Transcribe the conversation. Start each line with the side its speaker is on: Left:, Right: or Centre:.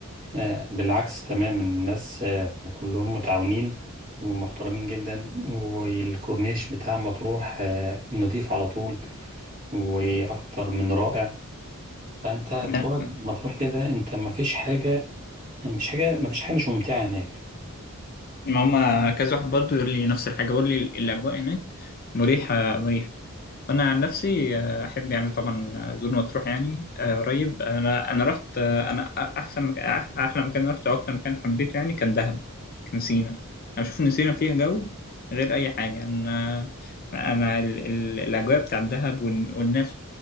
Right: آه، بالعكس تماما الناس آه، كلهم متعاونين ومحترمين جدا والكورنيش بتاع مطروح آه، نضيف على طول وأكتر من رائع فأنت
Left: ما
Right: تقعد مطروح كده أنت مفيش حاجة مفيش حاجة مفيش حاجة مش ممتعة هناك
Left: ما هما كذا واحد برضه يقول لي نفس الحاجه يقول لي الاجواء هناك مريحه مريحه انا عن نفسي آه، احب يعني طبعا آه، زور مطروح يعني آه، قريب انا انا رحت آه، انا احسن مكان أح- احلى مكان رحته واكتر مكان حبيته يعني كان دهب كان سينا انا بشوف ان سينا فيها جو غير اي حاجه انا انا ال- ال- الاجواء بتاع الدهب وال- والناس